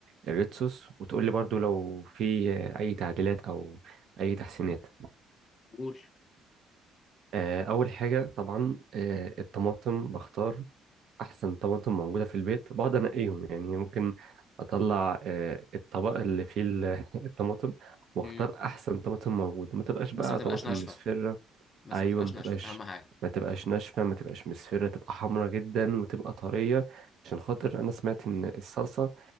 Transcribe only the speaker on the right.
الريد صوص وتقول لي برضو لو في اي تعديلات او اي تحسينات
آه، اول حاجه طبعا آه، الطماطم بختار احسن طماطم موجوده في البيت بقعد انقيهم يعني ممكن اطلع آه، الطبق اللي فيه ال- <laughs> الطماطم واختار
احسن طماطم موجوده ما تبقاش
بقى
طماطم
مصفرة
ايوه
ما تبقاش
ما تبقاش ناشفه ما تبقاش مصفره تبقى حمرا جدا وتبقى طريه عشان خاطر انا سمعت ان الصلصه